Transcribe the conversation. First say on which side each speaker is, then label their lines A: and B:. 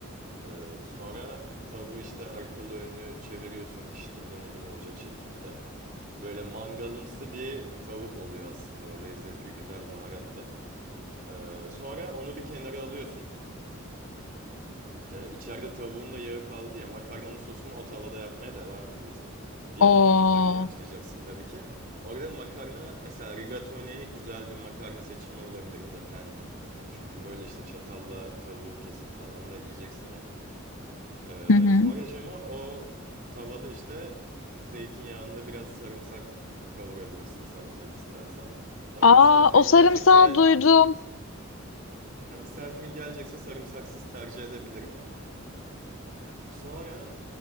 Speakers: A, on the right; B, on the left.
A: Ee, sonra tavuğu işte arkalı önlü çeviriyorsun piştiğinden emin olacak şekilde. Böyle mangalımsı bir tavuk oluyor aslında o lezzetli güzel baharatla. Ee, sonra onu bir kenara alıyorsun. Ee, içeride tavuğun da yağı kaldı ya makarnanın sosunu o tavada yapmaya devam ediyorsun. Bir
B: Oo.
A: yandan makarnayı haşlayacaksın tabii ki. Orada makarna mesela rigatoni güzel bir makarna seçimi olabilir ya da penne. Çünkü böyle işte çatalla tavuğu kesip falan da yiyeceksin ya. Ee,
B: Hı hı.
A: sonra Cema o tavada işte zeytinyağında biraz sarımsak kavurabilirsin sarımsak istersen. Ama
B: Aa,
A: misafirim
B: o sarımsağı
A: gelecekse
B: duydum.
A: ya misafirim gelecekse sarımsaksız tercih edebilirim ama. Sonra